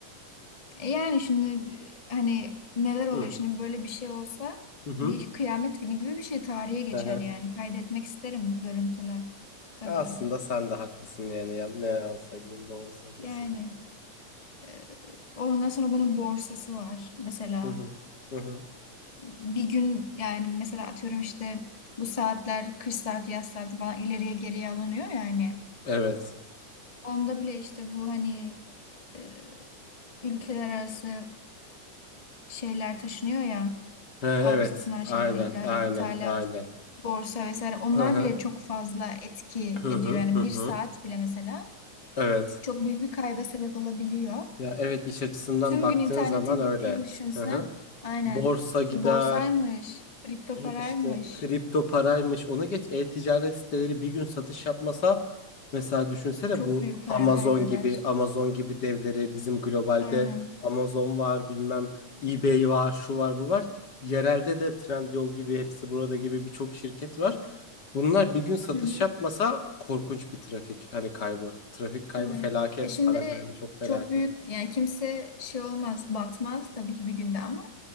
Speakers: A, on the left; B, on the left.
A: E yani şimdi e, hani neler oluyor
B: Hı.
A: şimdi böyle bir şey olsa
B: Hı hı.
A: bir kıyamet günü gibi bir şey tarihe geçer
B: Ehe.
A: yani. Kaydetmek isterim görüntüler tabii
B: Aslında
A: ki de.
B: sen de haklısın yani ya- ne yalan söyleyeyim doğru söylüyorsun.
A: Yani e, ondan sonra bunun borsası var mesela.
B: Hı hı. Hı hı.
A: bir gün yani mesela atıyorum işte bu saatler kış saati yaz saati falan ileriye geriye alınıyor yani.
B: Evet.
A: Onda bile işte bu hani e, ülkeler arası şeyler taşınıyor ya
B: He, evet.
A: alıp satılan şeyler
B: Aynen.
A: ihracat,
B: Aynen.
A: ithalat,
B: Aynen.
A: borsa vesaire onlar
B: Hı hı.
A: bile çok fazla etki
B: Hı
A: ediyor.
B: hı.
A: Yani
B: Hı
A: bir
B: hı.
A: saat bile mesela
B: Evet.
A: çok büyük bir kayba sebep olabiliyor.
B: Ya evet iş açısından
A: Tüm
B: baktığın
A: gün internetin
B: zaman öyle.
A: gittiğini düşünsen
B: Hı hı.
A: aynen
B: Borsa gider.
A: işte borsaymış, kripto paraymış
B: İşte kripto paraymış ona geç e-ticaret siteleri bir gün satış yapmasa mesela düşünsene
A: çok
B: bu
A: büyük para
B: Amazon
A: kaybeder.
B: gibi Amazon gibi devleri bizim globalde
A: Aynen.
B: Amazon var bilmem eBay var şu var bu var yerelde de Trendyol gibi hepsi burada gibi birçok şirket var. Bunlar bir gün satış
A: Hı hı,
B: yapmasa korkunç bir trafik hani kaybı. Trafik kaybı
A: tabii.
B: felaket,
A: Ya şimdi
B: para kaybı çok felaket.
A: çok büyük yani kimse şey olmaz, batmaz tabii ki bir günde ama